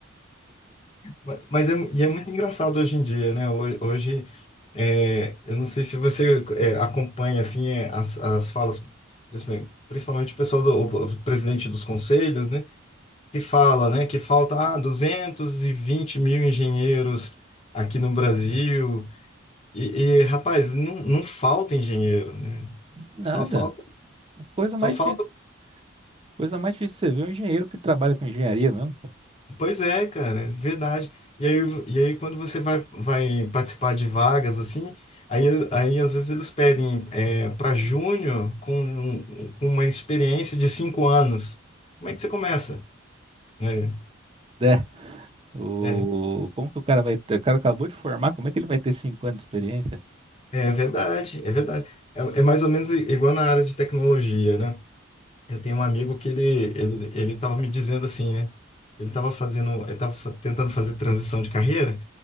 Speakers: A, on the left; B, on the right.
A: Ma- Mas é, e é muito engraçado hoje em dia, né? Ho- Hoje, é, eu não sei se você é, acompanha assim é, as, as falas, principalmente principalmente o pessoal do o presidente dos conselhos, né? Que fala, né? Que falta ah, 220 mil engenheiros aqui no Brasil. E, e, rapaz, não, não falta engenheiro, né?
B: Nada,
A: Só falta,
B: coisa
A: só
B: mais
A: falta
B: difícil. Coisa mais difícil você ver é um engenheiro que trabalha com engenharia mesmo.
A: Pois é, cara, verdade. E aí, e aí quando você vai, vai participar de vagas, assim, aí, aí às vezes eles pedem para júnior com, um, com uma experiência de cinco anos. Como é que você começa? É,
B: É, O...
A: é,
B: Como que o cara vai ter? O cara acabou de formar, como é que ele vai ter cinco anos de experiência?
A: é verdade, é verdade. É, é mais ou menos i- igual na área de tecnologia, né? Eu tenho um amigo que ele, ele, ele estava me dizendo assim, né? Ele estava fazendo, ele estava tentando fazer transição de carreira